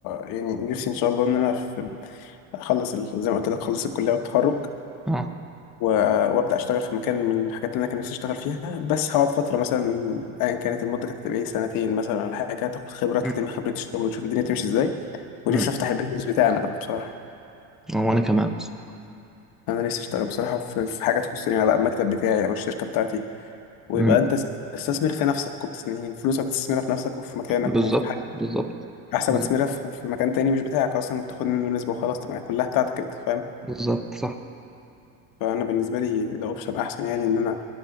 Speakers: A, on the left; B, in the centre.
A: يعني نفسي ان شاء الله ان انا في اخلص ال- زي ما قلت لك اخلص الكليه والتخرج
B: اه
A: و- وابدا اشتغل في مكان من الحاجات اللي انا كان نفسي اشتغل فيها بس هقعد فتره مثلا ايا كانت المده كانت تبقى ايه سنتين مثلا ولا حاجه تاخد خبره تلم
B: امم
A: خبره الشغل وتشوف الدنيا تمشي ازاي ونفسي
B: امم
A: افتح البيزنس بتاعنا بقى بصراحه
B: هو انا كمان بصراحة.
A: انا نفسي اشتغل بصراحه في في حاجه تخصني انا بقى المكتب بتاعي او الشركه بتاعتي ويبقى
B: امم
A: انت تستثمر في نفسك وبتستثمر فلوسك بتستثمرها في نفسك وفي مكانك
B: بالظبط
A: وفي
B: بالظبط
A: احسن
B: بالظبط
A: ما تستثمرها في في مكان تاني مش بتاعك اصلا وبتاخد منه نسبه وخلاص تبقى كلها بتاعتك انت فاهم
B: بالظبط صح
A: فانا بالنسبه لي ده اوبشن احسن يعني ان انا